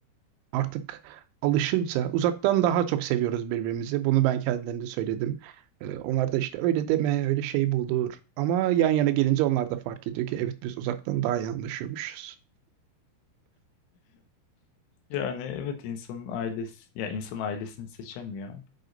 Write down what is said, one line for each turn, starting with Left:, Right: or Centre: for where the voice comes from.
Right: artık alışınca uzaktan daha çok seviyoruz birbirimizi. Bunu ben kendilerine söyledim. Ee, onlar da işte öyle deme, öyle şey bu olur. Ama yan yana gelince onlar da fark ediyor ki evet biz uzaktan daha iyi anlaşıyormuşuz.
Left: Yani evet insanın ailesi ya insan ailesini seçemiyor